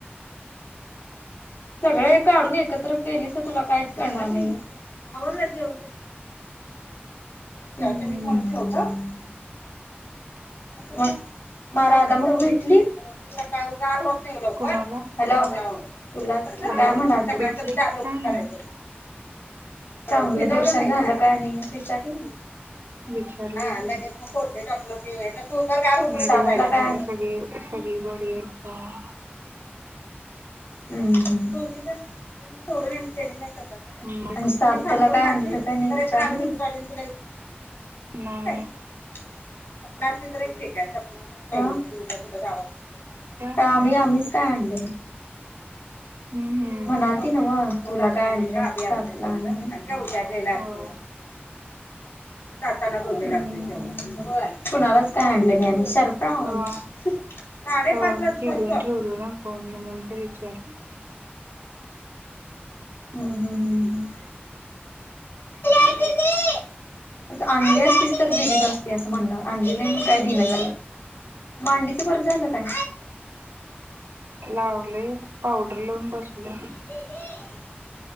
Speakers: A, on the left (about 70°); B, on the right (about 70°).
A: सगळे का काढून एकत्र केलीस तुला काहीच करणार नाही आवरलं जेवण तेन. हो <unintelligible> ग म रादा मग भेटली. तुला काय उगार होत नाही लवकर
B: कोणाला
A: हॅलो. तुलाच काय
B: हॅलो
A: म्हणाल तो काय
B: भेटली
A: चालू
B: का नाही
A: करायचं. चांगलं दर्शन झालं का नाही विचारलं.
B: विचारली
A: हा
B: की
A: लगेच मग फोडणी टाकलो कि कुकर गार हो पर्येंत
B: नीट झालं काय सगळी सगळी बरी आहेत काय.
A: हम्म हम दोघीच म्हणजे सोरूने केले नाही काता का
B: हम्.
A: ारला का ति इ सोड सारत
B: नाही
A: <unintelligible> सपनाची तर एक ठीक आहे सपना म उद्या कुठावा
B: काय
A: का आम्ही
B: आहे
A: आम्हीच
B: ते कशी
A: काय आणले नाही.
B: हम्म हम्म
A: म्हणाल ती नव्ह तुला काय आनलय. का उऊज्यालेला असत.
B: होय
A: जातानाच उजेड असतोय केवढा व्हय कुणालाच काय आणले नाही आम्ही शर्फ काारे
B: तवा
A: साडे
B: तवा
A: पाचला
B: मी चिडून
A: फक्त्त.
B: ठेवलो ना फोन म्हणून का विचार
A: ् हमम्म्. अ आणली असतीच तर दिलीच असती असं म्हणणार आणली नाही म्हण काय दिना झाल्या मांडीचं बर झालं काय.
B: लावलय पावडर लावून बसले.
A: हो.